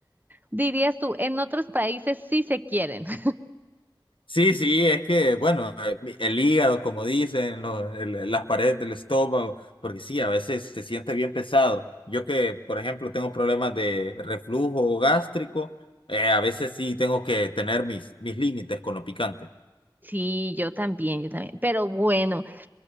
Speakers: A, on the right; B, on the left.
A: Dirías tú, en otros países sí se quieren. <laughs>
B: Sí, sí, es que, bueno, eh, el hígado, como dicen, lo- el- las paredes del estómago, porque sí, a veces se siente bien pesado. Yo que, por ejemplo, tengo problemas de reflujo gástrico, eh, a veces sí tengo que tener mis, mis límites con lo picante.
A: Sí, yo también, yo también. Pero bueno,